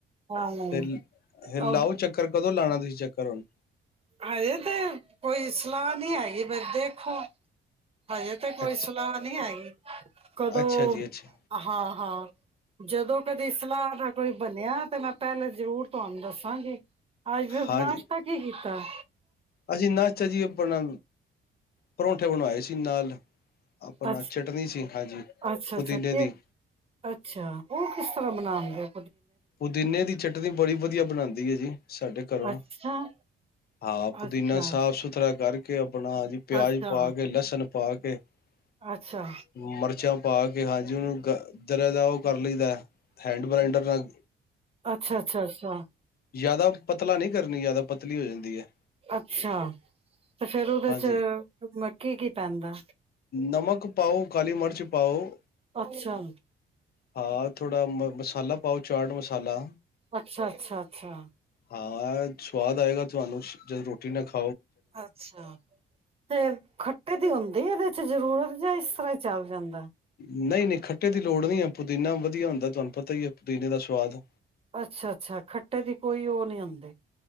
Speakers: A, on the right; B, on the left.
A: ਹਾਂਜੀ
B: ਫਿਲ-ਫਿਰ
A: ਹਾਂ
B: ਲਾਓ ਚੱਕਰ। ਕਦੋਂ ਲਾਣਾ ਤੁਸੀ ਚੱਕਰ ਹੁਣ?
A: ਹਜੇ ਤੇ ਕੋਈ ਸਲਾਹ ਨੀ ਹੈਗੀ ਪਰ ਦੇਖੋ। ਹਜੇ ਤਾਂ ਕੋਈ
B: ਅੱਛ
A: ਸਲਾਹ ਨਹੀਂ ਹੈਗੀ। ਕਦੋਂ
B: ਅੱਛਾ ਜੀ ਅੱਛਾ
A: ਹਾਂ-ਹਾਂ। ਜਦੋਂ ਕਦੇ ਸਲਾਹ ਦਾ ਕੋਈ ਬਣਿਆ, ਤਾਂ ਮੈਂ ਪਹਿਲੇ ਜ਼ਰੂਰ ਤੁਹਾਨੂੰ ਦੱਸਾਂਗੀ। ਅੱਜ
B: ਹਾਂਜੀ
A: ਨਾਸ਼ਤਾ ਕੀ ਕੀ ਹਾਂ।
B: ਅਸੀਂ ਨਾਚਾ ਜੀ ਆਪਣਾ, ਪਰੌਂਠੇ ਬਣਵਾਏ ਸੀ ਨਾਲ। ਆਪਣਾ
A: ਅੱਛ-ਅੱਛਾ-ਅੱਛਾ
B: ਚਟਨੀ ਸੀ ਹਾਂਜੀ ਪੁਦੀਨੇ
A: ਕੇ
B: ਦੀ
A: ਅੱਛਾ ਉਹ ਕਿਸ ਤਰ੍ਹਾਂ ਬਣਾਉਂਦੇ ਔ?
B: ਪੁਦੀਨੇ ਦੀ ਚਟਨੀ ਬੜੀ ਵਧੀਆ ਬਣਾਦੀ ਹੈ ਜੀ ਸਾਡੇ ਘਰੋਂ,
A: ਅੱਛਾ
B: ਹਾਂ ਪੁਦੀਨਾ
A: ਅੱਛਾ
B: ਸਾਫ ਸੁਥਰਾ ਕਰ <unintelligible> ਆਪਣਾ ਜੀ ਪਿਆਜ
A: ਅੱਛਾ
B: ਪਾ ਕੇ, ਲਸਣ ਪਾ ਕੇ। ਕੇ
A: ਅੱਛਾ,
B: ਮਿਰਚਾਂ ਪਾ ਕੇ, ਹਾਂਜੀ ਉਹਨੂੰ ਗ ਜਰਾਂ ਜਾਂ ਉਹ ਕਰ ਲਈਦਾ ਐ। ਹੈਂਡ ਬ੍ਰਾਈਨਡਰ ਨਾਲ।
A: ਅੱਛਾ-ਅੱਛਾ-ਅੱਛਾ।
B: ਯਾਦਾ ਪਤਲਾ ਨਹੀਂ ਕਰਨੀ ਯਾਦਾ। ਪਤਲੀ ਹੋ ਜਾਂਦੀ ਹੈ।
A: ਅੱਛਾ ਤੇ ਫੇਰ ਉਹਦੇ
B: ਹਾਂਜੀ
A: ਚ ਮੱਕੀ ਕੀ ਪੈਂਦਾ?
B: ਨਮਕ ਪਾਓ, ਕਾਲੀ ਮਿਰਚ ਪਾਓ।
A: ਅੱਛਾ,
B: ਹਾਂ ਥੋੜਾ ਮ ਮਸਾਲਾ ਪਾਓ, ਚਾਟ ਮਸਾਲਾ।
A: ਅੱਛਾ, ਅੱਛਾ, ਅੱਛਾ,
B: ਹਾਂ ਸਵਾਦ ਆਏਗਾ ਤੁਹਾਨੂੰ। ਜਦੋਂ ਰੋਟੀ ਨਾਲ ਖਾ
A: ਅੱਛਾ ਤੇ ਖੱਟੇ ਦੀ ਹੁੰਦੀ ਇਹਦੇ। ਜ਼ਰੂਰਤ ਜਾਂ ਇਸ ਤਰ੍ਹਾਂ। ਚਲ ਜਾਂਦਾ।
B: ਨਹੀਂ-ਨਹੀਂ ਖੱਟੇ ਦੀ ਲੋੜ ਨਹੀਂ ਹੈ, ਪੁਦੀਨਾ ਵਧੀਆ ਹੁੰਦਾ ਤੁਹਾਨੂੰ ਪਤਾ ਹੀ ਪੁਦੀਨੇ ਦਾ ਸਵਾਦ।
A: ਅੱਛਾ-ਅੱਛਾ ਖੱਟੇ ਦੀ ਕੋਈ ਉਹ ਨਹੀਂ ਹੁੰਦੀ।